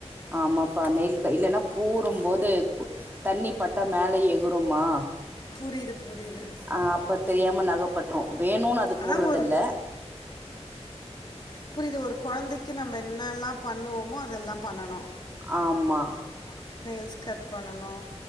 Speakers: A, on the right (about 15°); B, on the left (about 40°).
A: ஆமாப்பா நெயில் இல்லன்னா பூறும்போது தண்ணி பட்டா மேல எகுறும்மா
B: புரியுது புரியுது
A: ஆ அப்ப தெரியாம நகப்பற்றோ வேணுன்னு அது
B: அதா
A: போறதில்ல
B: ஒரு புரியிது ஒரு குழந்தைக்கு நம்ம என்னெல்லா பண்ணுவோமோ அதெல்லா பண்ணணு
A: ஆமா
B: ஆமா நெயில்ஸ் கட் பண்ணனு